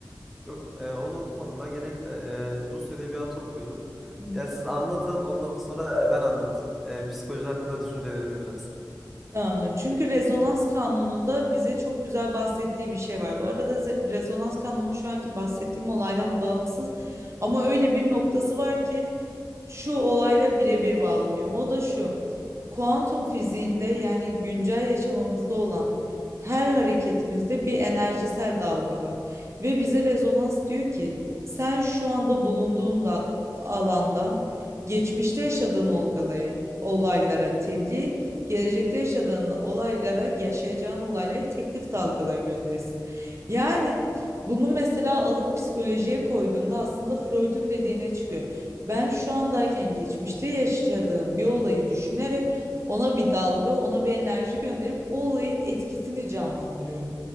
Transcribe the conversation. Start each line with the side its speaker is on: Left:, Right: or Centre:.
Centre: Yok e, onu okumadım. Ben genellikle e, Rus edebiyatı okuyorum.
Right: Hı.
Centre: Ya siz anlatın ondan sonra e, ben anlatayım. E, psikoloji hakkında düşüncelerimi biraz.
Right: Tamamdır. Çünkü rezonans kanununda bize çok güzel bahsettiği bir şey var. Bu arada ze- rezonans kanunu şu anki bahsettiğim olaydan bağımsız ama öyle bir noktası var ki şu olayla birebir bağlanıyor. O da şu. Kuantum fiziğinde yani güncel yaşamımızda olan her hareketimizde bir enerjisel dalga var. Ve bize rezonans diyor ki sen şu anda bulunduğun da alandan geçmişte yaşadığın olgaya, olaylara tebliğ gelecekte yaşadığın olaylara, yaşayacağın olaylara teklif dalgaları gönderirsin. Yani bunu mesela alıp psikolojiye koyduğunda aslında Freud'un dediğine çıkıyor. Ben şu andayken geçmişte yaşadığım bir olayı düşünerek ona bir dalga, ona bir enerji gönderip o olayın etkisini canlandırıyorum.